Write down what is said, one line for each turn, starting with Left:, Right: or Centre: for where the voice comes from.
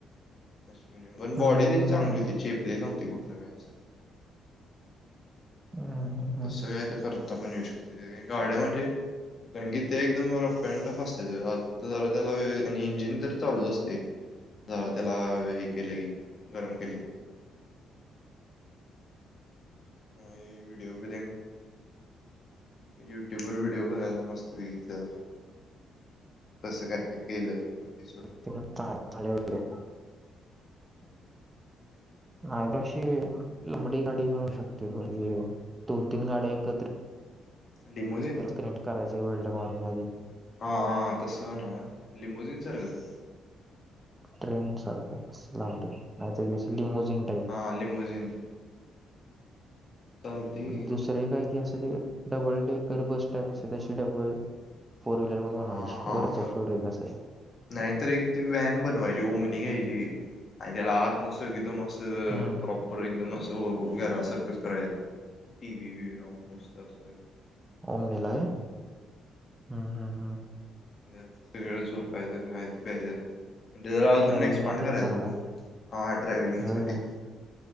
Left: अ म्हज पण बॉडी
Right: हम्म
Left: तरी
Right: हम्म
Left: चांगली
Right: हम्म
Left: होती चेपली नव्हती कुठनं काय असं
Right: हम्
Left: तसं काय तर करता पण येऊ शकते गाड्या म्हणजे कारण की ते एकदम रफ अँटफ असते ज त्याला इंजिन तर चालूच असतय जरा त्याला हे केल की गरम केल की ह विडिओ ब युट्यूब वर व्हिडिओ करायचा मस्त पैकी त्यजा तसं काय गेलं एपिसोट
Right: <unintelligible> नाहीशी लंबडी गाडी मिळू शकते दोन, तीन गाड्या एकत्र
Left: लिमोजिन
Right: तेल कनेक्ट करायचे वेल्ड मारून आधी
Left: हा, हां तसं ना लिंबोजीन सारखं
Right: ट्रेंड सारख अशी लांबडी नाही तर अशी लिमोजिन टाईप
Left: हां लिमोजिन चालतंय की
Right: दुसरे काय क असं ते डबल डेकर बस टाईप असते तशी डबल फोर व्हीलर पण
Left: हा
Right: बनवायची वरच्या फ्लोर एक कसं आहे हाय
Left: नाहीतर एक ती व्हॅन बनवायची ओमनी घ्यायची आणि त्याला आतन एकदम असं
Right: हम्म
Left: <unintelligible> र एकदम असं घगैर सर्कस करय टी व ववी लान मस्त असऽ
Right: ओमनीला होय ह, ह, ह
Left: त्यातच सगळं झोपायचं, खायचं, प्यायचं म्हणे जरा अजून
Right: ट्रॅव्हलिंगला
Left: एक्सपांड
Right: तेन
Left: करायच
Right: चांगला
Left: ओ हा ट्रॅव्हलिंग
Right: होय
Left: साठी
Right: का